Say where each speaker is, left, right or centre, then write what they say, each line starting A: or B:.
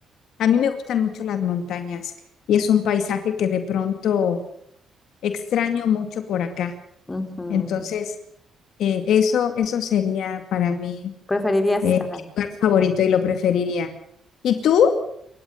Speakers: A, on the left; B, on the left.
A: A mí me gustan mucho las montañas y es un paisaje que de pronto extraño mucho por acá.
B: ujú.
A: Entonces, eh, eso, eso sería para mí
B: Preferirías
A: eh,
B: estar ahí.
A: mi lugar favorito y lo preferiría. ¿Y tú?